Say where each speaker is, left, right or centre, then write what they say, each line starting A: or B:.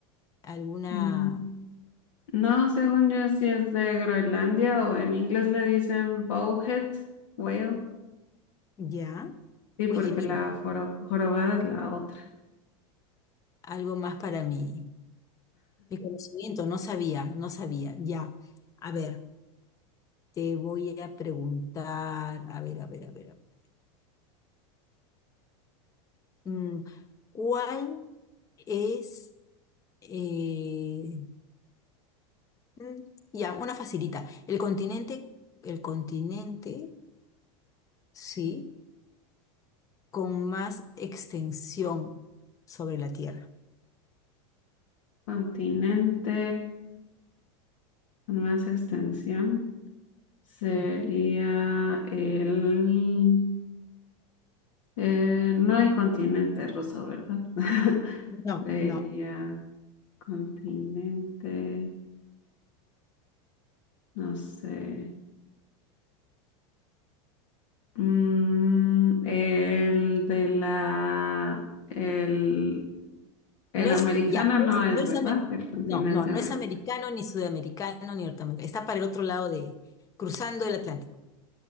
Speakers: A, on the left; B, on the left.
A: ¿Alguna?
B: eso. No, según yo, sí es de Groenlandia o en inglés le dicen bowhead whale.
A: Ya.
B: Sí,
A: Oye,
B: porque
A: mira,
B: la foro- jorobada es la otra.
A: algo más para mi, mi conocimiento, no sabía, no sabía, ya. A ver. Te voy a preguntar, a ver, a ver, a ver, a ver. mm, ¿cuál es, eh, mm, ya, una facilita, el continente, el continente, sí, con más extensión sobre la Tierra?
B: Continente con más extensión sería
A: Ujú.
B: el... eh, no hay continente ruso, ¿verdad? <laughs>
A: No,
B: Sería
A: no,
B: continente, no sé. Mm, el de la, el, el
A: No
B: americano
A: es, ya, no
B: no
A: es,
B: es,
A: no es
B: ¿verdad?
A: ame-
B: El continente
A: no, no, no
B: americano.
A: es americano, ni sudamericano, ni norteamericano. Está para el otro lado de, cruzando el Atlántico.